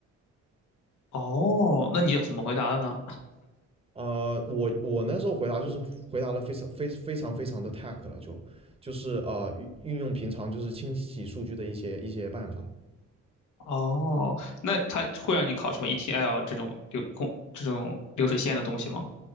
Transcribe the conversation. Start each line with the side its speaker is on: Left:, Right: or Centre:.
Left: 哦，那你怎么回答的呢？
Right: 呃，我我那时候回答就是回答了非常非非常非常的 tech 了，就就是呃运运用平常就是清洗数据的一些一些办法。
Left: 哦，那他会让你考什么 ETL 这种流控这种流水线的东西吗？